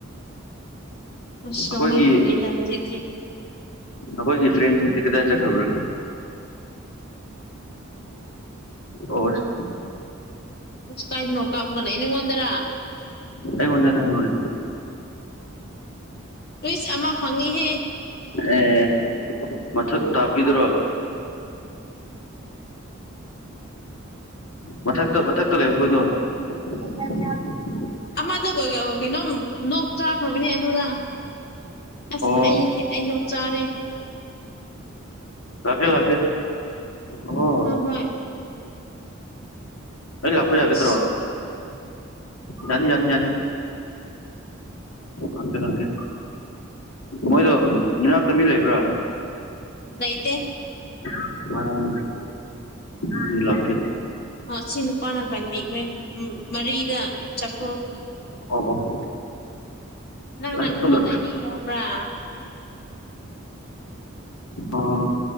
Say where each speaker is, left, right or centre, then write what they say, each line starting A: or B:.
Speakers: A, on the left; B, on the left.
A: ꯑꯁ
B: ꯑꯈꯣꯏꯒꯤ-
A: ꯅꯣꯡꯃꯩ ꯐꯪꯉꯤꯗ ꯍꯧꯖꯤꯛꯇꯤ
B: ꯑꯈꯣꯏꯒꯤ ꯐ꯭ꯔꯦꯟꯁꯤꯡꯖꯦ ꯀꯗꯥꯏ ꯆꯠꯈ꯭ꯔꯕ꯭ꯔꯥ? ꯑꯣꯁ
A: ꯑꯁ ꯀꯥꯏꯗꯅꯣ ꯀꯥꯞꯄꯒ ꯂꯩꯌꯦ ꯅꯉꯣꯟꯗꯔꯥ
B: ꯑꯩꯉꯣꯟꯗꯅꯦ ꯍꯣꯢ
A: ꯎꯏꯁ ꯑꯃ ꯐꯪꯉꯤꯍꯦ
B: ꯑꯦ ꯃꯊꯨꯟ ꯇꯥꯕꯒꯤꯗꯨꯔꯣ? ꯃꯊꯛꯇ ꯃꯊꯛꯇ ꯂꯩꯕ ꯈꯣꯢꯗꯣ <unintelligible>
A: ꯑꯃꯗꯨꯒ ꯑꯥ ꯀꯩꯅꯣꯝ ꯅꯣꯛ ꯆꯥꯈ꯭ꯔꯕꯅꯦ ꯑꯗꯨꯗ ꯑꯁ
B: ꯑꯣ
A: ꯑꯩ ꯍꯦ ꯑꯩ ꯅꯣꯛ ꯆꯥꯔꯦ
B: ꯂꯥꯛꯀꯦ ꯂꯥꯛꯀꯦ ꯑꯣ
A: ꯍꯣ ꯍꯣꯏ
B: ꯑꯩ ꯂꯥꯛꯄ ꯌꯥꯒꯤꯗ꯭ꯔꯣ
A: ꯑꯁ
B: ꯌꯥꯅꯤ ꯌꯥꯅꯤ ꯌꯥꯅꯤ ꯂꯥꯛꯀꯦ ꯂꯥꯛꯀꯦ ꯃꯣꯏꯗꯣ ꯅꯅꯥꯛꯇ ꯃꯤ ꯂꯩꯕ꯭ꯔꯥ?
A: ꯂꯩꯇꯦ
B: <unintelligible> ꯑꯩ ꯂꯥꯛꯀꯦ
A: ꯑꯥ ꯁꯤ ꯅꯨꯄꯥꯅ ꯀꯟꯕꯤꯈ꯭ꯔꯦ ꯎꯝ ꯃꯔꯤꯗ ꯆꯐꯨ
B: <unintelligible>
A: ꯅꯪ
B: ꯑꯩꯉꯣꯟꯗ
A: ꯅꯉꯣꯟꯗ ꯏ ꯌꯥꯎꯕ꯭ꯔꯥ?
B: ꯑꯥ